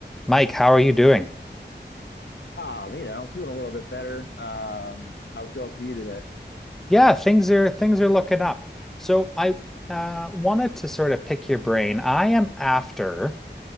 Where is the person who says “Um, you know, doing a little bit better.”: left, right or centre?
Left